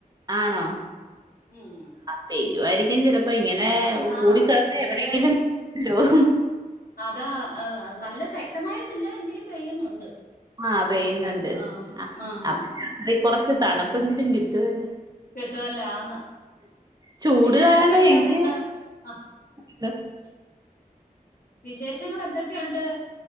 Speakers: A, on the right (about 25°); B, on the left (about 80°).
A: ആണോ
B: ഉം
A: പെയ്യുവായിരിക്കും ചെലപ്പോ ഇങ്ങനെ
B: ആഹ്
A: കൂടിക്കടന്ന്
B: പെയ്യുവായിരിക്കും
A: എവിടെയെങ്കിലും ലോഹ്
B: അതാ അഹ് നല്ല ശക്തമായിട്ടില്ല എങ്കിലും പെയ്യുന്നുണ്ട്
A: ആഹ് പെയ്യുന്നുണ്ട്
B: ആഹ് ആഹ്
A: അപ്പൊ രാത് കൊറച്ച് തണുപ്പെങ്കിലും കിട്ടോല്ലേ
B: കിട്ടുവല്ലോ ആന്ന്
A: ചൂട്കാരണം
B: പിന്നെ എന്തൊക്കെയുണ്ടായിരുന്നു
A: എങ്ങനെ
B: ഇന്ന് ആഹ്
A: <unintelligible>
B: വിശേഷങ്ങൾ എന്തൊക്കെയുണ്ട്?